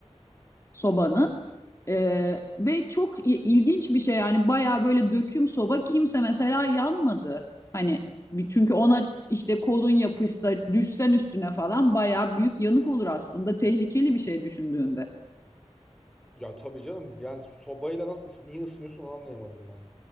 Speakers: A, on the left (about 25°); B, in the centre.
A: sobanın. Ee, ve çok ilginç bir şey yani bayağı böyle döküm soba kimse mesela yanmadı. Hani çünkü ona işte kolun yapışsa düşsen üstüne falan bayağı büyük yanık olur aslında tehlikeli bir şey düşündüğünde.
B: ya tabii canım yani sobayla nasıl ıs- niye ısınıyorsun onu anlayamadım ben.